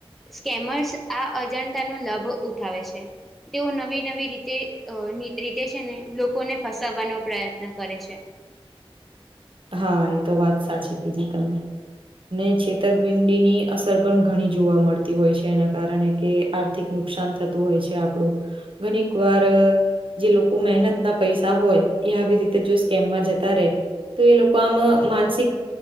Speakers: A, in the centre; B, on the right.
A: સ્કેમર્સ આ અજાણતા ના લાભો ઉઠાવે છે. તેઓ નવી નવી રીતે રીતે છે ને લોકોને ફસાવવાનો પ્રયત્ન કરે છે.
B: હા એ તો વાત સાચી કીધી તમે. ને છેતરપિંડી ની અસર પણ ઘણી જોવા મળતી હોય છે એના કારણે કે આર્થિક નુકસાન થતું હોય છે આપડું. ઘણીક વાર જે લોકો મહેનત ના પૈસા હોય એ આવી રીતે જો સ્કેમમાં જતા રહેે તો એ લોકો આમાં માનસિક